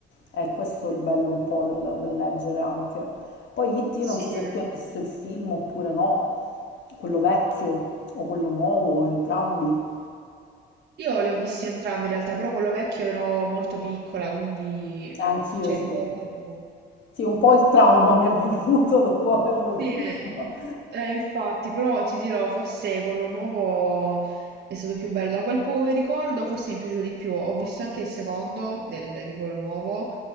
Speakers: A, on the left; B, on the right.
A: E questo è il bello un po' del, del leggere anche. Poi It, io
B: sì.
A: non so se tu hai visto il film oppure no, quello vecchio o quello nuovo, o entrambi.
B: Io li ho visti entrambi in realtà, però quello vecchio ero molto piccola, quindi
A: E anch'io
B: cioè,
A: sì.
B: ricordo poco.
A: Sì, un po' il trauma mi è venuto <laughs> dopo averlo
B: Sì,
A: visto.
B: eh, eh, infatti, però ti dirò, forse quello nuovo è stato più bello. Da quel poco che ricordo, forse mi è piaciuto di più. Ho visto anche il secondo del- di quello nuovo,